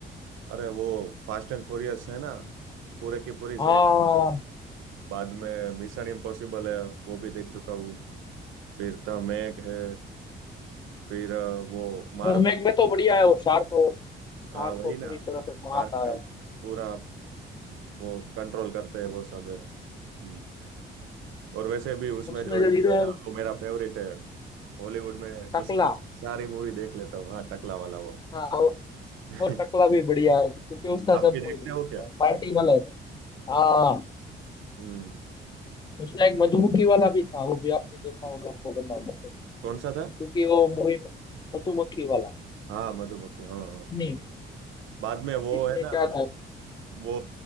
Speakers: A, on the right; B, on the left.
A: अरे वो फास्ट एंड फ्यूरियस है ना पूरे की पूरी सीरीज
B: हाँ
A: बाद में मिशन इम्पॉसिबल है वो भी देख चुका हूँ फिर द मैग है फिर अ, वो मार्वल
B: मैक में तो बढ़िया है वो सार को सार
A: हाँ वही
B: को
A: ना
B: पूरी तरह से मारता
A: कार का
B: है
A: पूरा वो कंट्रोल करते हैं वो सब है हम्म। और वैसे भी उसमें
B: उसमें
A: जो हम्म।
B: जो
A: हीरो
B: हीरो
A: है ना
B: है
A: वो मेरा फेवरेट है हॉलीवुड में उस,
B: टकला
A: उस सारी मूवी देख लेता हूँ हाँ टकला वाला वो
B: हाँ वो,
A: <laughs>
B: वो टकला भी बढ़िया है क्योंकि उसका
A: आप
B: सब
A: भी
B: मूवी
A: देखते
B: बढ़िया
A: हो
B: होता
A: क्या
B: है पार्टी वाला है तो। हाँ
A: हम्म
B: उसमें एक मधुमक्खी वाला भी था वो भी आपने देखा होगा आपको बताऊंगा तो
A: कौन सा था
B: क्योंकि वो मूवी में मधुमक्खी वाला
A: हाँ मधुमक्खी हाँ हाँ
B: नहीं
A: बाद में वो
B: इसमें
A: है ना
B: क्या था
A: वो